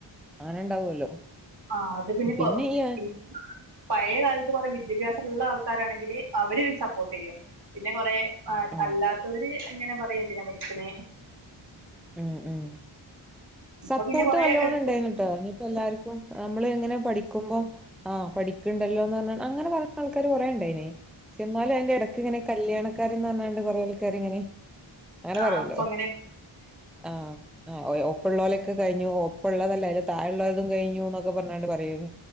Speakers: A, in the centre; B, on the right.
A: അങ്ങനെണ്ടാവുല്ലോ,
B: ആ അത്
A: പിന്നെ
B: കൊ-
A: ഈ ഏഹ്
B: പിന്നെ പഴയ കാലത്ത് കുറെ വിദ്യാഭ്യാസിള്ള ആൾക്കാരാണെങ്കില് അവര് സപ്പോർട്ട് ചെയ്യും പിന്നെ കൊറെ
A: ആഹ്
B: അ
A: ആഹ്
B: അല്ലാത്തവര് ഇങ്ങനെ പറിയും എന്തിനാ പഠിക്കണേ
A: ഉം ഉം
B: ഇപ്പൊ
A: സപ്പോർട്ട്
B: പിന്നെ കൊറേ
A: നല്ലോണം
B: എപ്പ
A: ഇണ്ടായിനിട്ടോ, ഇനിപ്പോ എല്ലാർക്കും നമ്മള് ഇങ്ങനെ പഠിക്കുമ്പം ആ പഠിക്കിണ്ടല്ലോന്ന് പറഞ്ഞ് അങ്ങനെ പറ ആൾക്കാര് കൊറെ ഇണ്ടായിനി എന്നാലും അയ്ന്റെ എടക്ക് ഇങ്ങനെ കല്യാണകാര്യന്ന് പറഞ്ഞാണ്ട് കൊറെ ആൾക്കാര് ഇങ്ങനെ അങ്ങനെ
B: ആഹ്
A: പറയല്ലോ
B: അപ്പൊ അങ്ങനെ
A: ആ ആഹ് ഒപ്പള്ളോലൊക്കെ കഴിഞ്ഞു ഒപ്പള്ളതല്ല, അതില് താഴെല്ലോൽതും കഴിഞ്ഞുന്നൊക്കെ പറഞ്ഞാണ്ട് പറയേനി